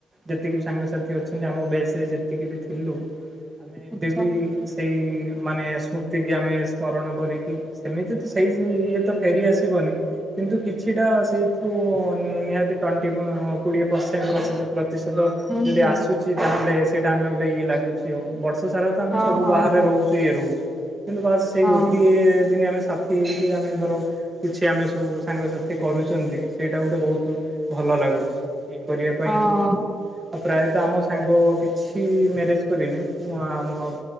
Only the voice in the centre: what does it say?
ଆଚ୍ଛା
ହୁଁ
ହୁଁ
ହୁଁ
ହଁ
ହଁ
ହଁ
ହଁ
ହଁ